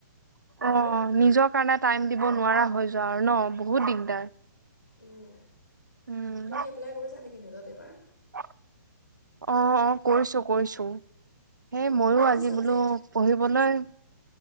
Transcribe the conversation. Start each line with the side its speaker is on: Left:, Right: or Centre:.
Right: অ',
Left: আৰু
Right: নিজৰ কাৰণে টাইম দিব নোৱাৰা হৈ যোৱাৰ ন, বহুত দিগদাৰ।
Left: উম।
Right: উম
Left: তুমি এপ্লাই কৰিছা নেকি নেটত? পেপাৰ
Right: অ', অ', কৰিছোঁ-কৰিছোঁ। সেই
Left: অঁ
Right: মইও
Left: কি
Right: আজি
Left: ছাবজেক্ট
Right: বোলো পঢ়িবলৈ